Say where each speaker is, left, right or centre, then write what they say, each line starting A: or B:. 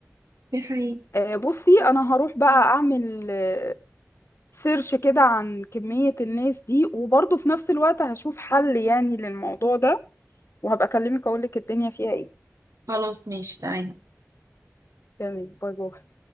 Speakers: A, on the right (about 80°); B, on the left (about 50°).
A: دي حقيقة
B: آه، بصي أنا هروح بقى أعمل آه، سيرش كده عن كمية الناس دي وبرضه في نفس الوقت هشوف حل يعني للموضوع ده وهبقى أكلمك أقولك الدنيا فيها إيه
A: خلاص ماشي تعالي
B: تمام باي باي